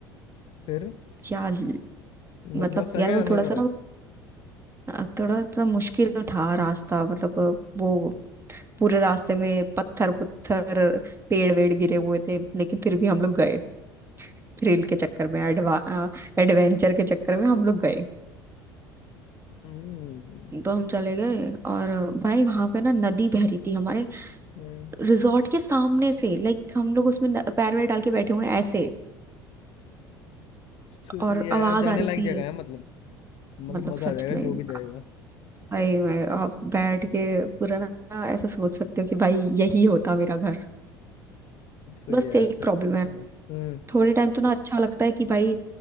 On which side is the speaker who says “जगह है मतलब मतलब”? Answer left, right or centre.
Left